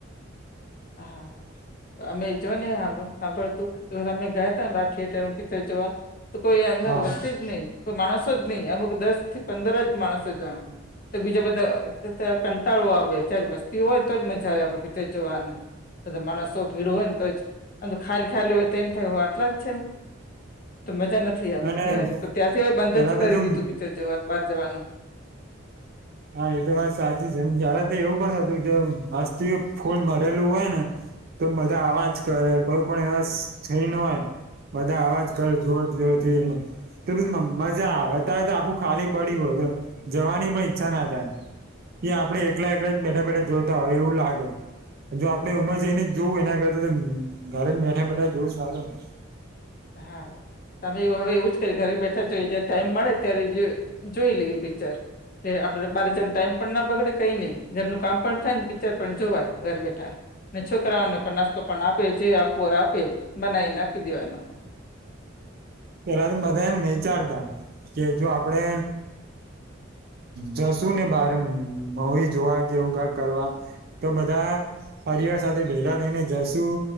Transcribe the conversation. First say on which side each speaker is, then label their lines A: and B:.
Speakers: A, on the right (about 50°); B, on the left (about 45°).
A: <inaudible>
B: હા અમે જો ને સાંભળ સાંભળતું તો અમે ગયા હતા ને બાર થિયેટર નું પિક્ચર જોવા. તો કોઈ અંદર
A: હા
B: વસ્તી જ નહી કોઈ માણસો જ નહી અમુક દસ થી પંદર જ માણસો જા. તો બીજા બધા કંટાળો આવે જયારે વસ્તીઓ હોય તો જ મજા આવે આપડે પીચર જોવાનું. તો માણસો ભીડ હોય ને તો જ આમ તો ખાયલી ખાઈલી હોય તો એમ થાય આટલા જ છે એમ. તો મજા નથી આવતી
A: અને
B: ત્યારે તો ત્યાંથી બંધ
A: પેલા
B: જ કરી
A: તો જો
B: દીધું પિક્ચર જોવાનું બહાર જવાનું.
A: હા એ તો વાત સાચી જમ તો એવું પણ હતું જે મસ્તી ફૂલ મરેલું હોય ને. તો બધા આવાજ કરે કોઈ પણ એવા થઈ ન હોય. બધા અવાજ કરે જોર જોરથી એને. તો બ મજા આવતા હોય તો આખું ખાલી પડ્યું હો જવાની ભાઈ છા ના થાય, એ આપડે
B: હમ
A: એકલા એકલા જ બેઠા બેઠા જોતા હોય એવું લાગે. જો આપડે ઉંમર જઈને જોવું એના કરતા ઘરે જ બેઠા બેઠા જોવું સારું ને.
B: હા. તમે એવું હવે એવું જ કરી ઘરે બેઠા જોઈએ જ્યારે ટાઈમ મળે ત્યારે જોઈ લઈએ પિક્ચર. એ આપડે બારે જણ ટાઈમ પણ ના બગડે કઈ નઈ ઘરનું કામ પણ થાય ને પિક્ચર પણ જોવાય ઘર બેઠા. અનેને છોકરાઓને પણ નાસ્તો પણ આપે જે આપવોય આપે બનાવીને આપી દેવાનો હોય.
A: પેલા બધા એમ વિચારતા, કે જો આપડે જશું ને બારે મૂવી જોવા કેવું ક કરવા. તો બધા પરિવાર સાથે ભેગા થઈને જશું.